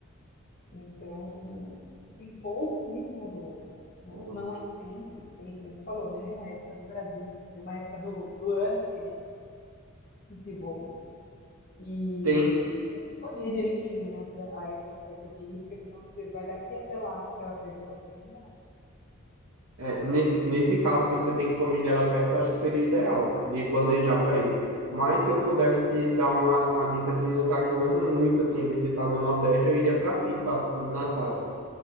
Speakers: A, on the left; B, on the right.
A: Então, tem pouquíssimos, ou não,
B: Uhum.
A: não é sempre que tem, como você falou, né? É uma época do Brasil, é uma época do, do ano que tem esse voo. E
B: Tem,
A: tem que escolher direitinho, né? Pra a época certa de ir, porque senão você vai daqui até lá para perder o passeio. Não,
B: É, nesse, nesse caso que você tem família lá perto, eu acho que seria ideal de planejar para ir. Mas se eu pudesse te dar uma, uma dica de um lugar que eu amo muito, assim, visitar no Nordeste, eu iria para Pipa, no Natal.